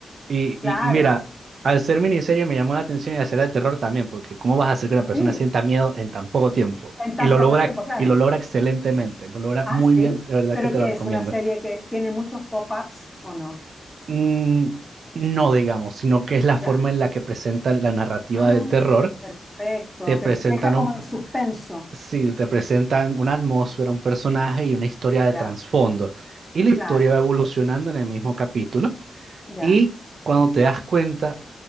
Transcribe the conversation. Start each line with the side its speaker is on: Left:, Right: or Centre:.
Right: Y,
Centre: Claro.
Right: y, y mira, al ser miniserie me llamó la atención y al ser de terror también, porque ¿cómo vas a hacer que una persona
Centre: Sí.
Right: sienta miedo en tan poco tiempo?
Centre: En
Right: Y
Centre: tan
Right: lo
Centre: poco
Right: logra,
Centre: tiempo, claro.
Right: y lo logra excelentemente, lo logra
Centre: Ah,
Right: muy
Centre: sí.
Right: bien, de verdad
Centre: Pero
Right: que te
Centre: que
Right: la recomiendo.
Centre: es una serie que tiene muchos pop-ups o no.
Right: Mm, no digamos, sino que es la forma
Centre: Ya.
Right: en la que presentan la narrativa
Centre: Ah,
Right: del terror.
Centre: perfecto.
Right: Te presentan
Centre: Te deja como
Right: un,
Centre: en suspenso.
Right: sí, te presentan una atmósfera, un personaje y una historia de
Centre: Ya.
Right: trasfondo. Y la historia
Centre: Claro.
Right: va evolucionando en el mismo capítulo
Centre: Ya.
Right: Y cuando te das cuenta,